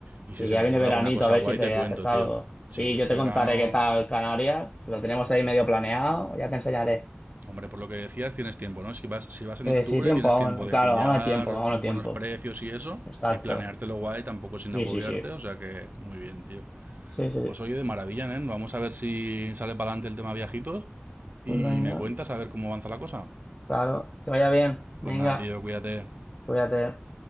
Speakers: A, on the right; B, on the left.
A: Y si
B: Y que
A: se
B: ya
A: me ocurre
B: viene veranito,
A: alguna cosa
B: a ver
A: guay,
B: si te
A: te cuento,
B: haces algo.
A: tío.
B: Sí,
A: Si este
B: yo te
A: verano...
B: contaré qué tal Canarias. Lo tenemos
A: Ole.
B: ahí medio planeado, ya te enseñaré.
A: Hombre, por lo que decías, tienes tiempo, ¿no? Si vas, si vas en
B: Eh,
A: octubre,
B: sí, tiempo
A: tienes
B: aún.
A: tiempo de
B: Claro,
A: pillar
B: aún hay tiempo, aún
A: buenos
B: hay tiempo.
A: precios y eso,
B: Exacto.
A: y planeártelo guay, tampoco sin
B: Sí,
A: agobiarte,
B: sí, sí.
A: o sea que muy bien, tío.
B: Sí, sí.
A: Pues oye, de maravilla, ¿eh? Vamos a ver si sale para adelante el tema viajitos y
B: Pues venga,
A: me cuentas a ver cómo avanza la cosa.
B: claro. Que vaya bien. Venga,
A: Pues nada, tío, cuídate.
B: cuídate.